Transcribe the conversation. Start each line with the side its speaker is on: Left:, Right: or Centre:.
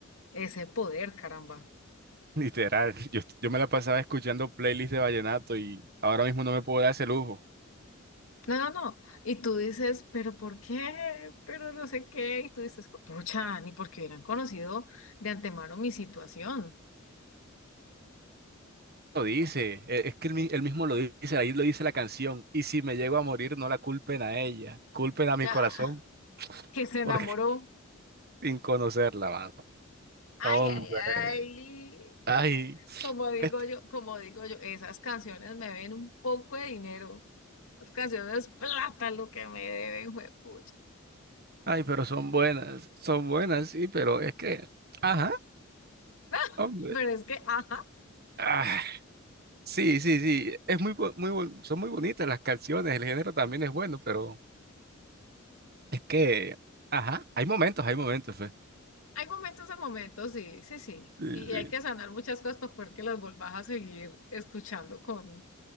Left: ese poder, caramba.
Right: <laughs> literal, yo, yo me la pasaba escuchando playlists de vallenato y ahora mismo no me puedo dar ese lujo.
Left: No, no, no. Y tú dices, pero ¿por qué? Pero no sé qué. Y tú dices, pucha, ni porque hubieran conocido de antemano mi situación.
Right: lo dice, e- es que él, mi- él mismo lo dice, ahí lo dice la canción. Y si me llego a morir, no la culpen a ella, culpen a mi
Left: Ah,
Right: corazón,
Left: que se enamoró.
Right: porque <laughs> sin conocerla, mano.
Left: Ay,
Right: Hombre,
Left: ay, ay.
Right: ay,
Left: Como digo
Right: est-
Left: yo, como digo yo, esas canciones me ven un poco de dinero. Las canciones plata lo que me deben, juepucha.
Right: ay, pero son buenas, son buenas, sí, pero es que, ajá,
Left: <laughs>
Right: hombre.
Left: Pero es que, ajá,
Right: ah, sí, sí, sí, es muy, bu- muy, bu- son muy bonitas las canciones, el género también es bueno, pero es que, ajá, hay momentos, hay momentos, pues.
Left: hay momentos a momentos, sí, sí, sí.
Right: Sí,
Left: Y
Right: sí,
Left: hay que sanar muchas cosas para poder que las volvas a seguir escuchando con.